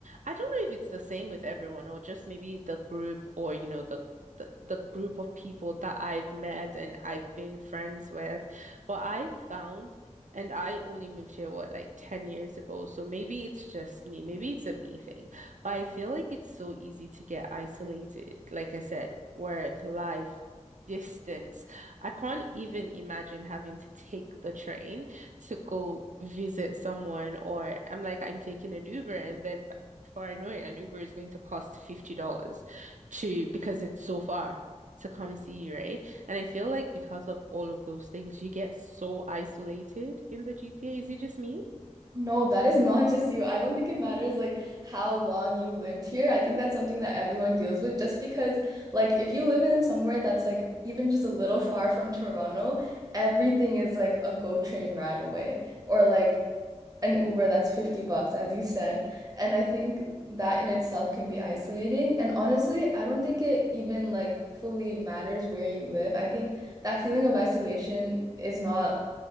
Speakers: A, on the right (about 85°); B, on the right (about 30°).
A: I don't know if it's the same with everyone or just maybe the group or you know the the, the group of people that I've met and I've been friends with. But I found and I only moved here what like 10 years ago. So maybe it's just me. Maybe it's a me thing. But I feel like it's so easy to get isolated. Like I said, work, life, distance. I can't even imagine having to take the train to go visit someone, or I'm like, I'm taking an Uber, and then b- before I know it, an Uber is going to cost $50 to because it's so far to come see you, right? And I feel like because of all of those things, you get so isolated in the GTA. Is it just me?
B: No, that is not just you. I don't think it matters like how long you lived here. I think that's something that everyone deals with just because like if you live in somewhere that's like even just a little far from Toronto, everything is like a GO train ride away or like an Uber that's 50 bucks as you said. And I think that in itself can be isolating. And honestly, I don't think it even like fully matters where you live. I think that feeling of isolation is not